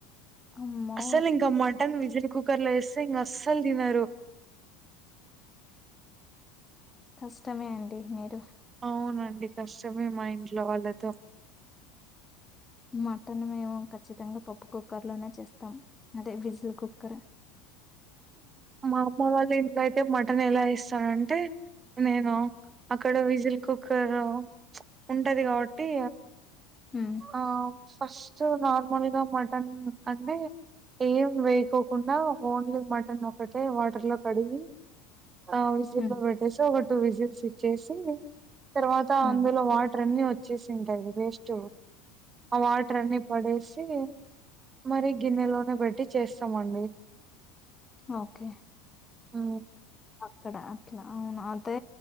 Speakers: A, on the left (about 20°); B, on the right (about 30°).
A: అమ్మో
B: అస్సలు ఇంకా మటన్ విజల్ కుక్కర్ లో వేస్తే ఇంకా అస్సలు తినరు
A: కష్టమే అండి మీరు
B: అవునండి కష్టమే మా ఇంట్లో వాళ్ళతో
A: మటన్ మేము ఖచ్చితంగా పప్పు కుక్కర్ లోనే చేస్తాం అదే విజిల్ కుక్కర్
B: మా అమ్మ వాళ్ళ ఇంట్లో అయితే మటన్ ఎలా ఇస్తారంటే నేను అక్కడ విజిల్ కుక్కర్ చ్ ఉంటది కాబట్టి
A: ఉం
B: ఆ ఫస్ట్ నార్మల్ గా మటన్ అంటే ఏం వేయకోకుండా ఓన్లీ మటన్ ఒకటే వాటర్ లో కడిగి ఆ విజిల్
A: ఉమ్
B: లో పెట్టేసి ఒక టు విజిల్స్ ఇచ్చేసి తర్వాత అందులో
A: ఉమ్
B: వాటర్ అన్ని వచ్చేసి ఉంటాది వేస్ట్ ఆ వాటర్ అన్ని పడేసి మరి గిన్నెలోనే బట్టి చేస్తామండి
A: ఓకే
B: ఊ
A: అక్కడ అట్లా అవును అదే